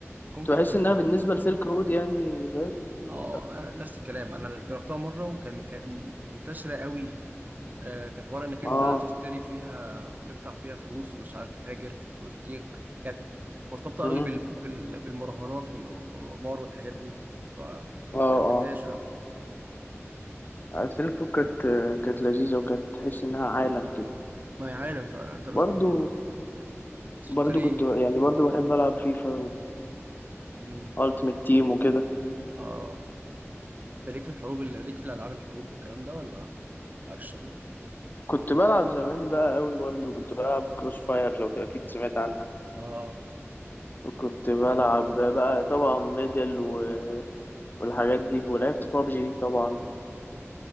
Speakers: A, on the right; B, on the left.
A: كونكر
B: كنت بحس
A: كان
B: إنها
A: في...
B: بالنسبة لسيلك رود يعني فاهم
A: اه
B: لا
A: انا نفس الكلام انا جربتها مره وكان كانت م- منتشره قوي آه، في حوار انك
B: اه
A: انت تشتري فيها تدفع فيها فلوس ومش عارف تتاجر في الفلوس دي كانت مرتبطه
B: امم
A: قوي بال... بال... بالمراهنات وال- والقمار والحاجات دي فحبيتهاش
B: اه
A: قوي
B: اه سيلك رود كانت كانت لذيذة وكانت تحس إنها عالم كده
A: ما هي عالم فعلا انت بت-
B: برضو
A: بتشتري
B: برضو كنت يعني برضو بحب ألعب فيفا
A: امم.
B: التيمت تيم وكده
A: اه انت ليك في الحروب اللي ليك في الالعاب الحروب والكلام ده ولا اكشن
B: كنت بلعب زمان بقى قوي برضه كنت بلعب كروس فاير لو اكيد سمعت عنها
A: اه
B: وكنت بلعب بقى طبعا ميدل و... والحاجات دي ولعبت بابجي طبعا